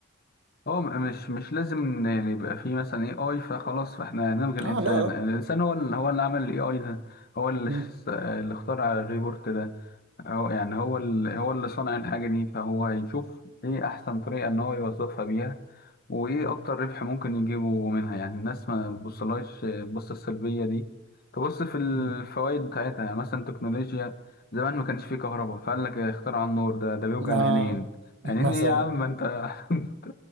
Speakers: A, on the left (about 45°); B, on the right (about 60°).
A: هو م- مش مش لازم إن يعني يبقى فيه مثلا اي اي فخلاص فاحنا نلغي الانسان
B: اه لا لا
A: الانسان هو اللي هو اللي عمل الاي اي ده هو اللي
B: مم،
A: ش- اللي اخترع الريبورت ده هو يعني هو اللي هو اللي صنع الحاجة دي فهو يشوف ايه احسن طريقة ان هو يوظفها بيها وايه
B: مم،
A: اكتر ربح ممكن يجيبه منها يعني الناس ما تبصلهاش تبص السلبية دي تبص في الفوائد
B: مم.
A: بتاعتها يعني مثلا تكنولوجيا زمان ما كانش فيه كهرباء فقال لك اخترع النور ده ده بيوجع
B: آه
A: العينين
B: <laughs>
A: عينين
B: مثلا
A: ايه يا عم ما انت <laughs>